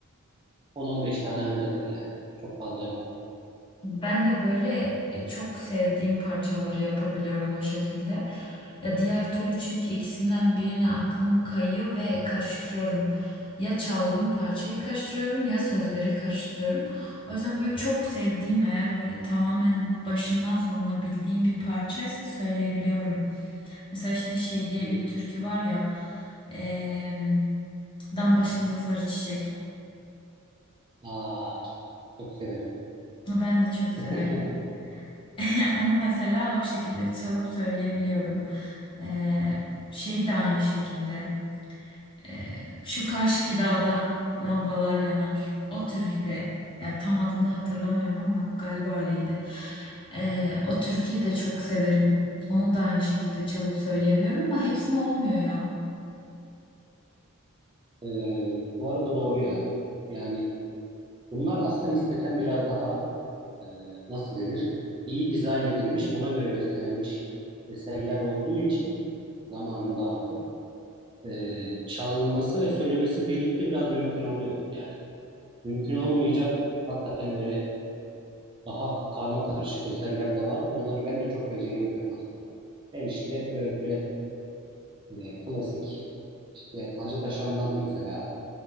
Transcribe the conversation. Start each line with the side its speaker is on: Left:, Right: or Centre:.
Right: 10-15 tane ancadır yani. Çok fazla yok.
Left: Ben de böyle e, çok sevdiğim parçaları yapabiliyorum o şekilde. Ya diğer türlü çünkü ikisinden birine aklım kayıyor ve karıştırıyorum. Ya çaldığım parçayı karıştırıyorum ya sözleri karıştırıyorum. O yüzden böyle çok sevdiğim eğer böyle tamamen başından sonuna bildiğim bir parçaysa söyleyebiliyorum. Mesela işte şey diye
Right: Hmm.
Left: bir türkü var ya, eee, dam başında sarı çiçek.
Right: Aa, çok çok severim.
Left: Ben de çok
Right: <laughs>
Left: severim. <laughs> Onu mesela o şekilde çalıp söyleyebiliyorum. Ee, şey de aynı şekilde. Ee, şu Kaşki Dağ'da lambalar yanar. O türküde ya tam adını hatırlamıyorum ama galiba öyleydi. Ee, o türküyü de çok severim. Onu da aynı şekilde çalıp söyleyebiliyorum ama hepsine olmuyor ya.
Right: Ee, bu arada doğru ya. Yani bunlar aslında nispeten biraz daha e, nasıl denir? İyi dizayn edilmiş, ona göre bestelenmiş eserler olduğu için zamanında artık e, çalması ve söylemesi birlikte biraz mümkün oluyor. Yani mümkün olmayacak hakikaten öyle Daha karma karışık eserler de var. Onları ben de çok beceremiyorum aslında. Ben işte böyle e, klasik işte Hacı Taşan'dan mesela